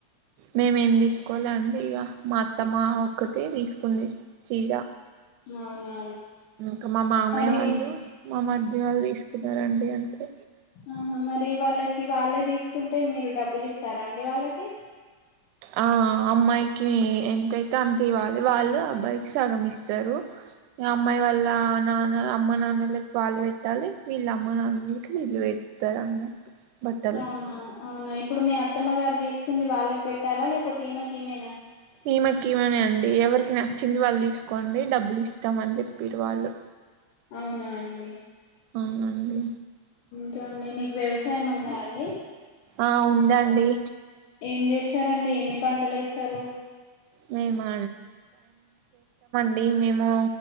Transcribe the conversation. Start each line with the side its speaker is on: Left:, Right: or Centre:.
Right: మేమేమి తీసుకోలండి ఇగ మా అత్తమ్మ ఒకతే తీసుకుంది చీర
Left: అవునా
Right: ఇంకా మా మామయ్య
Left: మరి
Right: వాళ్ళు మా మర్ది వాళ్ళు తీసుకున్నరండి అంతే
Left: ఆహా మరి వాళ్ళకి కి వాళ్ళే తీసుకుంటే మీరు డబ్బులు ఇస్తారా అండి వాళ్ళకి
Right: ఆ అమ్మాయికి ఎంతయితే అంత ఇవ్వాలి వాళ్ళు అబ్బాయికి సగమ్ ఇస్తరూ అమ్మాయ్ వాల్లా నాన్న అమ్మ నాన్నకి వాళ్ళ వెట్టాలి వీళ్ళ అమ్మ నాన్నకి వీళ్ళు పెడతర్ అన్నట్టు బట్టలు
Left: అవునా అవునా ఇప్పుడు మీ అత్తమ్మ గారు తీసుకుంది వాళ్ళకు పెట్టాలా లేకపోతె ఈమెక్ ఈమేనా
Right: ఈమెక్ ఈమనే అండి ఎవరికి నచ్చింది వాళ్ళ్ తీసుకుంటారు అండి డబ్బులు ఇస్తామ్ అని చెప్పిరు వాళ్ళు
Left: అవునా అండి
Right: ఔనండి
Left: కే అండి మీక్ వ్యవసాయం ఉందా అండి
Right: ఆ ఉందండి
Left: ఏం చేస్తారండి ఎన్ని పంటల్ ఏస్తారు
Right: మేమా ది మేము